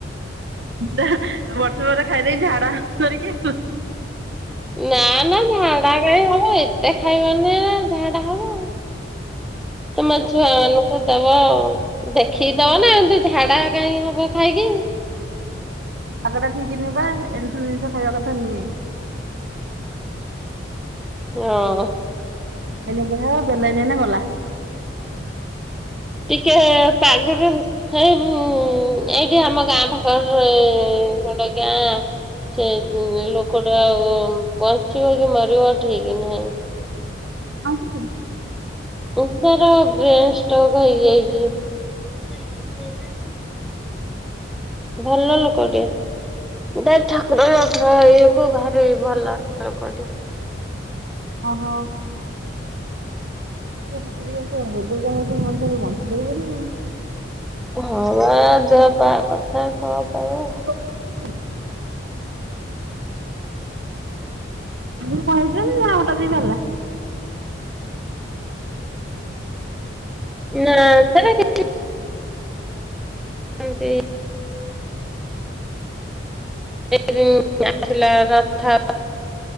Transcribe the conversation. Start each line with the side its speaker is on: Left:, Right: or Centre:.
Right: ଦା ବର୍ଷା ପାଖରେ ଖାଇଦେଇ ଝାଡା ଧରିକି
Centre: ନା ନା ଝାଡା, କାଇଁ ହବ ଏତେ ଖାଇବ ମାନେ ଝାଡା ହବ ଆଉ। ତମ <unintelligible> ଛୁଆ ମାନଙ୍କୁ ଦବ ଦେଖିକି ଦବା ନା ଏମତି ଝାଡା କାହିଁ ହବ ଖାଇକି।
Right: ପାଗ ଟା ଠିକ ନବା ଏ ସବୁ ଜିନିଷ ଖାଇବା କଥା ନୁହେଁ।
Centre: ହୁଁ।
Right: ବ ନ ହଁ ବୁଲାଇନ ନଙ୍ଗୋଲ <unintelligible>
Centre: ଟିକେ ପାଗ ଦଉ। ସେଇ ଏଇଠି ଆମ ଗାଁ ପାଖର ଗୋଟେ ଗାଁ ସେ ଲୋକଟା ଆଉ ବଞ୍ଚିବ କି ମରିବ ଠିକ୍ ନାହିଁ।
Right: ଆଉଁସି ଦେ।
Centre: <unintelligible> ଭଲ ଲୋକଟେ। ବେ ଠାକୁର ବାକୁର ହେଇକି ଭାରି ଭଲ ଲୋକଠି।
Right: ଓହୋ। ଆଜି କଲି ତ ରୋଗ ଯାହା ହୋଉଛି ମଣିସ ଟିକେ ବଞ୍ଚି ପାରିବନି ଆଉ।
Centre: ହଁ ବା ଦେହ ପା କଥା କଣ ପାଇବ।
Right: <unintelligible> ଆଗୁରୁ କଣ ହେଇଥିଲା ନା ହଟାତ୍ ହେଇଗଲା।
Centre: ନାଁ ସେ ହନ୍ତି। ଯୋଉ ଆସିଲା ରଥ।